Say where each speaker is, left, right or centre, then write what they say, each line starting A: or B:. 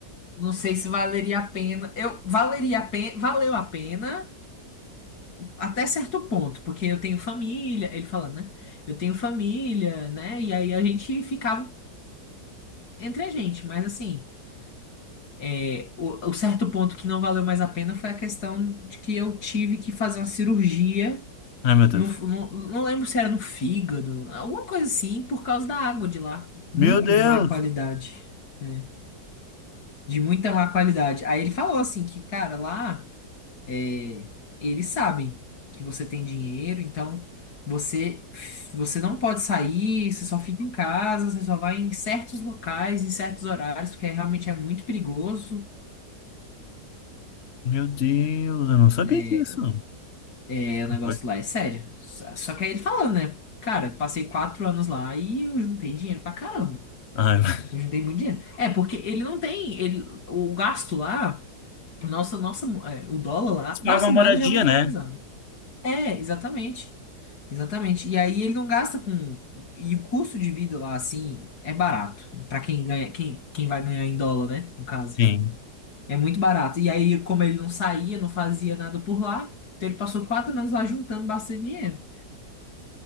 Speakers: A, on the left (about 60°); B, on the left (about 45°).
A: não sei se valeria a pena. Eu valeria a pena, valeu a pena até certo ponto, porque eu tenho família, ele falando, né? Eu tenho família, né? E aí a gente ficava entre a gente, mas assim, é, o, o certo ponto que não valeu mais a pena foi a questão de que eu tive que fazer uma cirurgia
B: Ai, meu Deus.
A: No, no- não lembro se era no fígado, alguma coisa assim, por causa da água de lá. Muito
B: Meu Deus!
A: má qualidade. né? De muita má qualidade. Aí ele falou assim que, cara, lá é, eles sabem que você tem dinheiro, então você, você não pode sair, você só fica em casa, você só vai em certos locais, em certos horários, porque realmente é muito perigoso.
B: Meu Deus, eu não sabia
A: É,
B: disso.
A: é, o negócio
B: Oi?
A: lá é sério. Só só que aí ele falando, né? Cara, passei quatro anos lá e eu juntei dinheiro pra caramba.
B: Ah, <laughs>
A: Eu juntei muito dinheiro. É, porque ele não tem. Ele, o gasto lá, nossa, nossa, mo- é, o dólar lá,
B: mas paga
A: nossa
B: uma
A: moeda
B: moradia,
A: já é muito
B: né?
A: valorizada. É, exatamente. Exatamente. E aí ele não gasta com. E o custo de vida lá, assim, é barato. Pra quem ganha, quem, quem vai ganhar em dólar, né? No caso.
B: Sim.
A: É muito barato. E aí, como ele não saía, não fazia nada por lá, então ele passou quatro anos lá juntando bastante dinheiro.